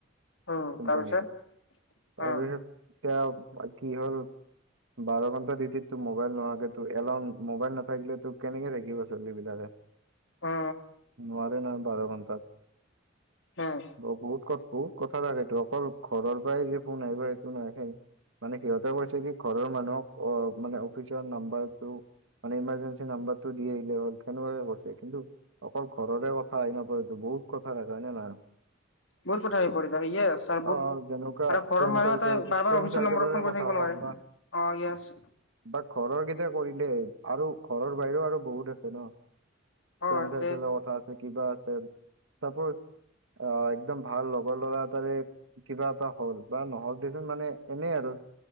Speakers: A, on the left (about 75°); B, on the right (about 90°).
A: উম
B: কোম্পানীত
A: তাৰপিছত
B: তাৰপিছত
A: উম
B: এতিয়া কি হ'ল বাৰ ঘন্টা ডিটিত তো মোবাইল নহাকে ত এলাৰন মোবাইল নাথাকিলে তো কেনেকে থাকিল িব চলিিবিলাৰেে
A: অ
B: নোৱাৰে নহ বাৰ ঘন্টাত
A: উম
B: ব বহুত কত বহুত কথা লাগেতটো অকল ঘৰৰ পৰাই যে ফোন আহিব সেইটো নহখে মানে সিহঁতে কৈছে কি ঘৰৰ মানুহক অ মানে অফিচৰ নাম্বাৰটো মান ইমাৰজেঞ্চি নম্বৰ টো দি আহিলে হ'ল কেনেুৱে কৈছে কিন্তু অকল ঘৰৰে কথা আহ নাপৰেতো বহুত ক ভাল হয় নে নহয়
A: বহুত কথা হৈ পৰি ত স ছাৰ বহুত
B: অ যেনেকুৱা
A: আৰু ঘৰৰ
B: ফ্ৰেণ্ড
A: মানুহে
B: চাৰ্কেল
A: ত বাৰ
B: ফ্ৰেণ্ড
A: বাৰ অফিচৰ
B: চাৰ্কেলৰে
A: নম্বৰত ফোন কৰি
B: কথা
A: থাকিব নোৱাৰে
B: হওক বা
A: অ াস
B: বা ঘৰৰ কেইটা কৰিলে আৰু ঘৰৰ বাহিৰেও আৰু বহুত আছে ন
A: অ
B: প্ৰেঞ্চাৰ
A: এতে
B: কে ঠা আছে কিবা আছে চাপজ অ একদম ভাল লগৰ ল'ৰা এটাৰে কিবা এটা হ'ল বা নহক দেোন মানে এনেই আৰু